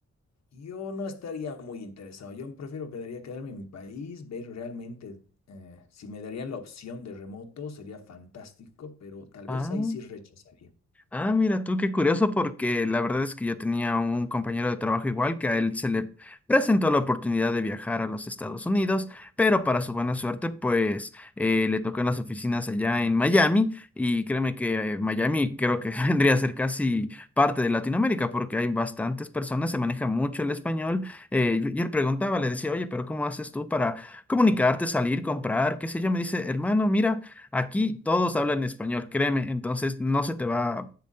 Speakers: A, on the left; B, in the centre.
A: yo no estaría muy interesado. Yo prefiero quedaría quedarme en mi país, ver realmente eh, si me darían la opción de remoto, sería fantástico, pero tal
B: Ah.
A: vez ahí sí rechazaría.
B: Ah, mira tú, qué curioso, porque la verdad es que yo tenía un compañero de trabajo igual que a él se le presentó la oportunidad de viajar a los Estados Unidos, pero para su buena suerte, pues eh, le tocó en las oficinas allá en Miami y créeme que eh, Miami creo que <laughs> vendría a ser casi parte de Latinoamérica porque hay bastantes personas, se maneja mucho el español eh, y y él preguntaba, le decía, oye, pero ¿cómo haces tú para comunicarte, salir, comprar, qué sé yo? Me dice, hermano, mira. Aquí todos hablan español, créeme, entonces no se te va